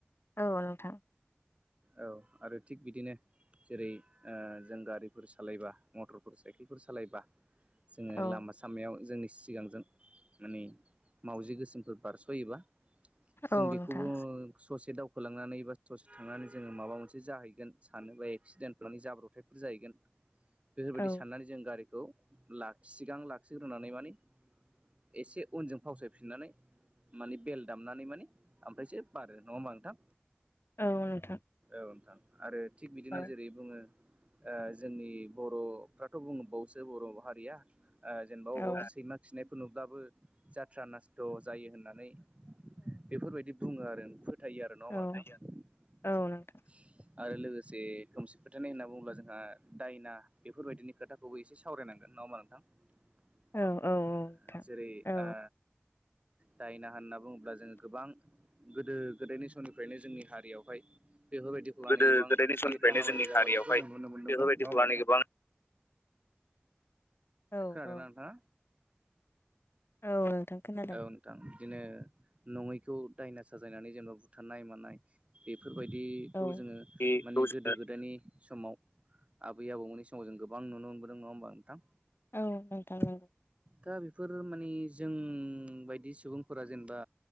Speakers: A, on the left; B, on the right.
A: औ नोंथां।
B: औ आरो थिग बिदिनो जेरै ओ जों गारिफोर सालायबा मटरफोर साइकेलफोर सालायबा जोङो
A: औ
B: लामा सामायाव जोंनि सिगांजों माने मावजि गोसोमफोर बारस' होयोबा जों
A: औ
B: बेखौबो
A: नोंथां
B: ससे दावखोलांनानै बा ससे थांनानै जोङो माबा मोनसे जाहैगोन सानोबा एक्सिडेन्ट माने जाब्रबथायफोर जाहैगोन बेफोरबायदि
A: औ
B: साननानै जों गारिखौ लाखि सिगां लाखिग्रोनानै माने एसे उनजों फावसायफिननानै माने बेल दामनानै माने ओमफ्रायसो बारो नङा होमबा नोंथां।
A: औ नोंथां।
B: औ नोंथां आरो थिग बिदिनो
A: औ
B: जेरै बुङो ओ जोंनि बर'फ्राथ' बुंबावसो बर' हारिया ओ जेनबा अबेवबा
A: औ
B: सैमा खिनायफोर नुब्लाबो जात्रा नासथ' जायो होननानै बेफोरबायदि बुङो आरो फोथायो आरो नङा हमबा
A: औ
B: नोंथां।
A: औ नोंथां
B: आरो लोगोसे खोमसि फो थायनाय होनना बुङोब्ला जोंहा दायना बेफोरबायदिनि खोथाखौबो एसे सावरायनांगोन नङा होमबा नोंथां?
A: औ औ नोंथां
B: जेरै
A: औ
B: आ दायना होनना बुङोब्ला जोङो गोबां गोदो गोदायनि समनिफ्रायनो जोंनि हारियावहाय बेफोरबायदिखौ लानानै
A: गोदो
B: गोबां
A: गोदायनि
B: एसे
A: समनिफ्रायनो
B: दाहा
A: जोंनि
B: बाजि जाबोनायखौ
A: हारियावहाय
B: जों नुनो मोन्दोंमोन
A: बेफोरबायदिखौ
B: नङा होमबा
A: लानानै
B: नोंथां।
A: गोबां औ
B: खोनादोंना
A: औ
B: नोंथाङा?
A: औ नोंथां खोनादों।
B: औ नोंथां बिदिनो नङैखौ दायना साजायनानै जेनेबा बुथारनाय मानाय बे फोरबायदिखौ
A: औ
B: जोङो
A: बेखौ
B: मानि
A: जोङो
B: गोदो गोदायनि समाव आबै आबौमोननि समाव जों गोबां नुनो मोनबोदों नङा होमबा नोंथां।
A: औ नोंथां नंगौ।
B: दा बेफोर माने जों बायदि सुबुंफोरा जेनेबा